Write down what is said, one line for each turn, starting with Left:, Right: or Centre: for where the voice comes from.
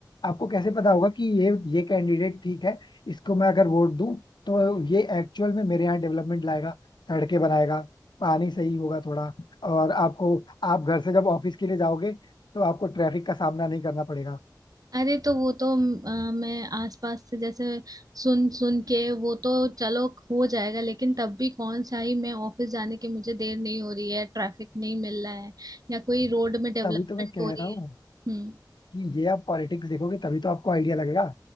Left: आपको कैसे पता होगा कि ये ये कैंडिडेट ठीक है इसको मैं अगर वोट दूं तो ये एक्चुअल में मेरे यहाँ डेवलपमेंट लाएगा सड़कें बनाएगा पानी सही होगा थोड़ा और आपको आप घर से जब ऑफिस के लिए जाओगे तो आपको ट्रैफिक का सामना नहीं करना पड़ेगा
Right: अरे तो वो तो म, अ, मैं आसपास से जैसे सुन सुन के वो तो चलो हो जाएगा लेकिन तब भी कौन सा ही मैं ऑफिस जाने के मुझे देर नहीं हो रही है ट्रैफिक नहीं मिल रहा है या कोई रोड में डेवलपमेंट
Left: तभी तो मैं कह
Right: हो रही
Left: रहा हूँ
Right: है हम्म
Left: कि ये आप पॉलिटिक्स देखोगे तभी तो आपको आइडिया लगेगा